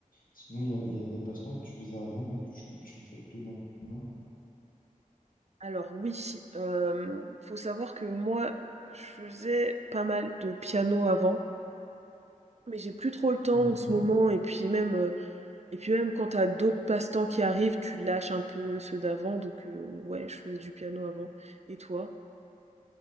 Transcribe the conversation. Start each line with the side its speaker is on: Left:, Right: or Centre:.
Left: sinon, il y a, il y a des passe-temps que tu faisais avant, mais que tu, que tu ne fais plus maintenant.
Right: Alors oui, hem, faut savoir que moi, je faisais pas mal de piano avant, mais j'ai plus trop le temps
Left: Mhm.
Right: en ce moment et puis même, heu et puis même quand t'as d'autres passe-temps qui arrivent, tu lâches un peu ceux d'avant donc heu, ouais, je faisais du piano avant. Et toi?